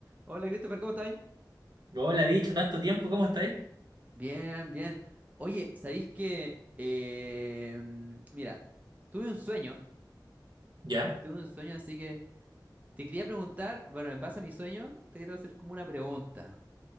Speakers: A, on the right; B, on the right.
A: Hola Christopher, ¿cómo estáis?
B: Hola, bicho, tanto tiempo, ¿cómo estáis?
A: Bien, bien. Oye, ¿sabéis que... eh, mm, mira, tuve un sueño,
B: Ya.
A: tuve
B: <laughs>
A: un sueño, así que te quería preguntar, bueno, en base a mi sueño, te quiero hacer como una pregunta